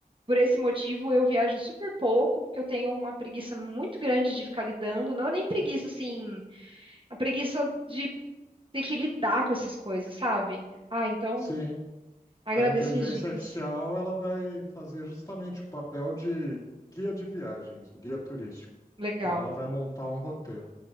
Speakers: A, on the right; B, on the left.
A: por esse motivo, eu viajo super pouco, porque eu tenho uma preguiça muito grande de ficar lidando, não é nem preguiça assim, a preguiça de tem que lidar com essas coisas, sabe? Ah, então
B: sim.
A: agradeço
B: A inteligência
A: as dicas.
B: artificial ela vai fazer justamente o papel de guia de viagens, o guia turístico.
A: Legal,
B: Então ela vai montar um roteiro.